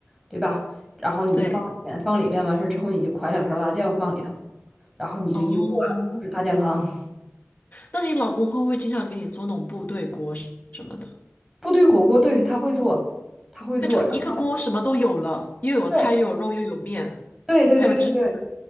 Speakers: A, in the centre; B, on the left (about 35°).
A: 对吧？然后你就放里边，
B: 对，
A: 放里边完事之后你就㧟两勺大酱放里头，然后你就一和了，
B: 哦。
A: 就是大酱汤。<laughs>
B: 那你老公会不会经常给你做那种部队锅什什么的？
A: 部队火锅，对，他会做，他会做，
B: 他就一个锅什么都有了，
A: 然后。
B: 又有菜，
A: 对。
B: 又有肉，又有面，
A: 对对对对对
B: 还有芝士。